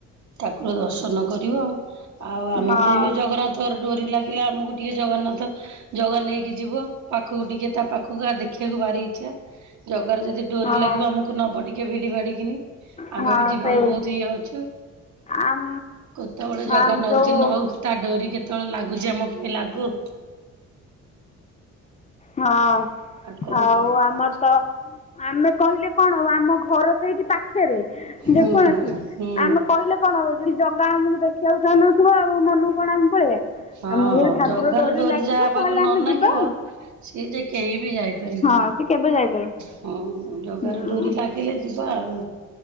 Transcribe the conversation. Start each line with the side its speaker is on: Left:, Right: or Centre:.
Right: ଠାକୁର ଦର୍ଶନ କରିବ। ଆଉ ଆମେ
Left: ହଁ
Right: ବି ଯାଇକି ଜଗନ୍ନା ତୋର ଡୋରି ଲାଗିଲା ଆମକୁ ଟିକେ ଜଗନ୍ନାଥ ଜଗା ନେଇକି ଯିବ ପାଖକୁ ଟିକେ ତା ପାଖକୁ ଆ, ଦେଖିବାକୁ ଭାରି ଇଚ୍ଛା। ଜଗାର ଯଦି ଡୋରି
Left: ହଁ
Right: ଲାଗିବ ଆମକୁ ନବ ଟିକେ ଭିଡି ଭାଡିକିନି।
Left: ହଁ।
Right: <inaudible> କୁ ବହୁତ
Left: ସେଇ
Right: ଇଏ ଅଛୁ।
Left: ଆମ
Right: କେତେବେଳେ ଜଗା
Left: ଆମ
Right: ନଉଛି
Left: ଯୋଉ
Right: ନଉ। ତା ଡୋରି କେତେବେଳେ ଲାଗୁଛି ଆମ ପାଇଁ ଲାଗୁ।
Left: ହଁ,
Right: କଣ
Left: ଆଉ
Right: କରିବା
Left: ଆମର ତ ଆମେ କହିଲେ କଣ ହବ? ଆମ ଘର ସେଇଠି ପାଖେରେ
Right: ହୁଁ
Left: ଯେକୌଣସି
Right: ହୁଁ।
Left: ଆମେ କହିଲେ କଣ ହବ ଯଦି ଜଗା ଆମକୁ ଦେଖିବାକୁ ଚାହୁଁ ନଥୁବ ଆଉ ମନକୁ କଣ ଆମେ ପଳେଇବା।
Right: ହଁ
Left: ଆମକୁ ଯଦି ଠାକୁର
Right: ଜଗାର ଡୋରି
Left: ଲାଗିବ
Right: ଯାହା ପାଖକୁ
Left: ତାହେଲେ
Right: ନ
Left: ଆମେ
Right: ନାଗିବ
Left: ଯିବା ଆଉ।
Right: ସିଏ ଯେ, କେହି ବି ଯାଇ ପାରିବେନି,
Left: ହଁ ସେ କେବେ ଯାଇପାରିବ
Right: ହଁ ଜଗାର
Left: ହୁଁ
Right: ଡୋରି ଲାଗି ଗିଲେ ଯିବା ଆଉ,